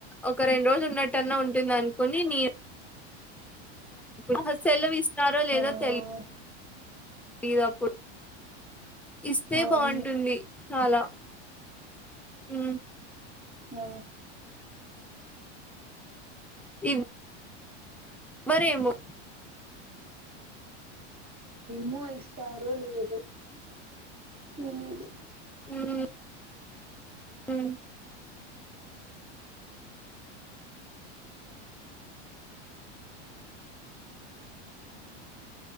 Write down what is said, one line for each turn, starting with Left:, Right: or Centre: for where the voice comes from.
Centre: ఒక రెండు రోజులు ఉన్నట్టు అని అయినా ఉంటుంది అనుకొని నీ ఆహా సెలవు ఇస్తారో లేదో
Right: ఆ
Centre: తెలి దు అప్పుడు ఇస్తే
Right: అవును
Centre: బావుంటుంది చాలా. హ్
Right: ఆ
Centre: ఇవ్ మరేమో
Right: మో ఇస్తారో లేదో తెలీదు.
Centre: హ్ హ్